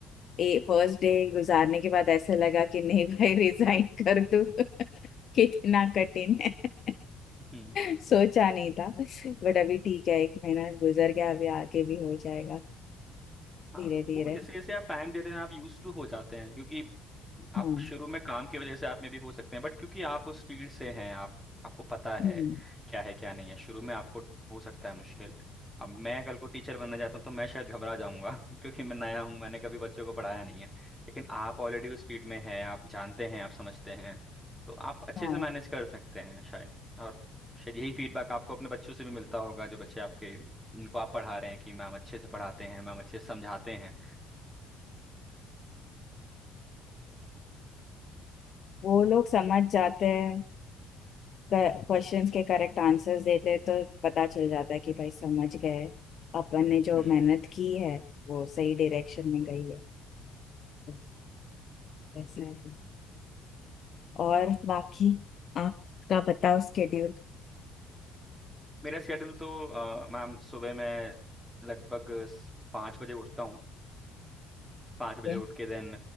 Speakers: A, on the left; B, in the centre.
A: ए फर्स्ट डे गुजारने के बाद ऐसा लगा कि नहीं भाई रिजाइन कर दूं <laughs> कितना कठिन है
B: है <laughs>
A: <laughs> सोचा नहीं था बट अभी ठीक है एक महीना गुजर गया अभी आगे भी हो जाएगा
B: हाँ
A: धीरे धीरे
B: वो जैसे जैसे आप टाइम दे रहे हैं आप यूज टू हो जाते हैं क्योंकि आप
A: हाँ
B: शुरू में काम की वजह से आप में भी हो सकते हैं बट क्योंकि आप उस फील्ड से हैं आप आपको पता है
A: हम्म
B: क्या है क्या नहीं है शुरू में आपको हो सकता है मुश्किल अब मैं कल को टीचर बनना चाहता हूँ तो मैं शायद घबरा जाऊंगा <laughs> क्योंकि मैं नया हूँ मैंने कभी बच्चों को पढ़ाया नहीं है लेकिन आप ऑलरेडी उस फील्ड में हैं आप जानते हैं आप समझते हैं तो आप अच्छे
A: हाँ
B: से मैनेज कर सकते हैं शायद और शायद यही फीडबैक आपको अपने बच्चों से भी मिलता होगा जो बच्चे आपके इनको आप पढ़ा रहे हैं कि मैम अच्छे से पढ़ाते हैं मैम अच्छे से समझाते हैं
A: वो लोग समझ जाते हैं क्वेश्चंस के करेक्ट आंसर्स देते हैं तो पता चल जाता है कि भाई समझ गए अपन ने जो
B: हम्म
A: मेहनत की है वो सही डायरेक्शन में गई है तो ऐसा है और बाकी आपका बताओ स्केड्यूल
B: मेरा स्केड्यूल तो अ, मैम सुबह मैं लगभग स- पाँच बजे उठता हूँ पाँच बजे
A: है।
B: उठ के देन